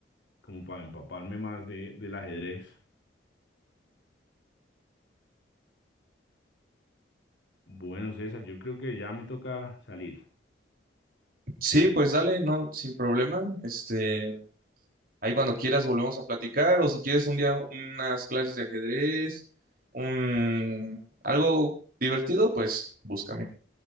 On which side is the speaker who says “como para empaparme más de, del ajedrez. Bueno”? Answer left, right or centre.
Left